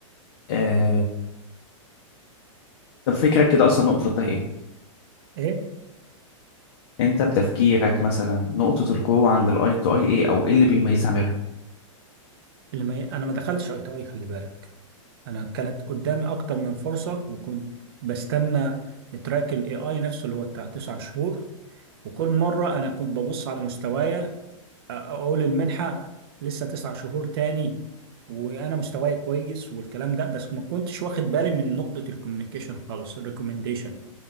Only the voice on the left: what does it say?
آه طب فكرك كده اصلا نقطه القوه ايه
انت بتفكيرك مثلا نقطه القوه عند الاي تي اي ايه او ايه اللي بيميزها عن غيرها